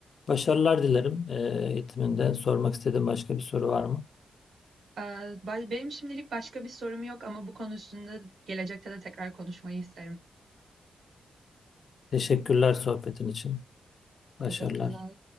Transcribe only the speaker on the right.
Ee, ba- Benim şimdilik başka bir sorum yok ama bu konu üstünde gelecekte de tekrar konuşmayı isterim.
Teşekkürler.